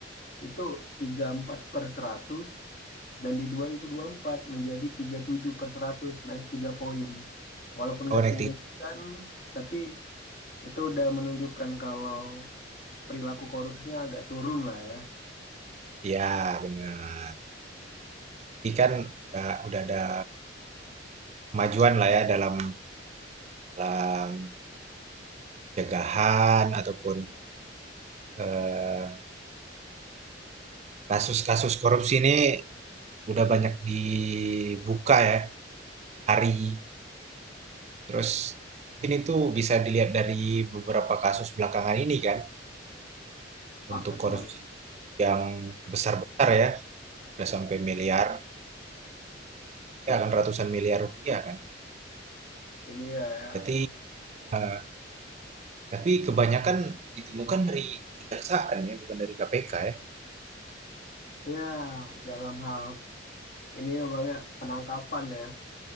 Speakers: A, on the left; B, on the right.
A: itu 34 per 100 dan di 2024 menjadi 37 per 100 naik 3 poin. Walaupun nggak
B: Oh naik
A: signifikan
B: tiga.
A: tapi itu udah menunjukkan kalau perilaku korupsinya agak turun lah ya.
B: Ya benar. Berarti kan udah udah ada kemajuan lah ya dalam dalam pencegahan ataupun eh, kasus-kasus korupsi ini udah banyak dibuka ya, dicari. Terus mungkin itu bisa dilihat dari beberapa kasus belakangan ini kan,
A: Paket
B: untuk korupsi
A: bang.
B: yang besar-besar ya, udah sampai miliar rupiah kan, ratusan miliar rupiah kan.
A: Ini ya, ya,
B: Berarti eh, tapi kebanyakan ditemukan dari kejaksaan ya, bukan dari KPK ya.
A: ya dalam hal ini ya bang ya penangkapan ya.